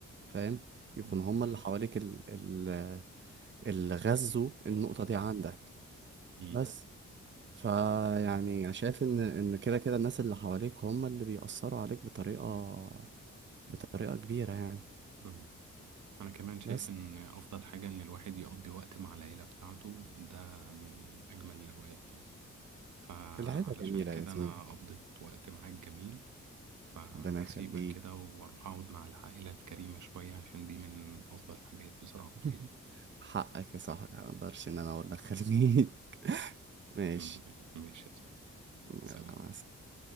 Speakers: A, on the right (about 40°); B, on the right (about 75°).
A: فاهم يكون
B: مم.
A: هما اللي حواليك ال- ال- اللي غذوا النقطة دي عندك
B: مم.
A: بس فيعني شايف ان ان كده كده الناس اللي حواليك هم اللي بيأثروا عليك بطريقة بطريقة كبيرة يعني
B: مم. أنا كمان شايف
A: بس
B: إن أفضل حاجة إن الواحد يقضي وقت مع العيلة بتاعته ده من أجمل الأوقات يعني فعلشان
A: العيلة جميلة
B: كده
A: يا زميلي
B: أنا قضيت وقت معاك جميل فهسيبك
A: ربنا يخليك
B: كده وأروح أقعد مع العائلة الكريمة شوية عشان دي من أفضل الحاجات بصراحة
A: <laughs>
B: يعني
A: حقك يا صاحبي ما اقدرش ان انا اقول لك خليك <laughs> ماشي
B: مم. ماشي
A: يلا
B: سلام
A: مع السلامة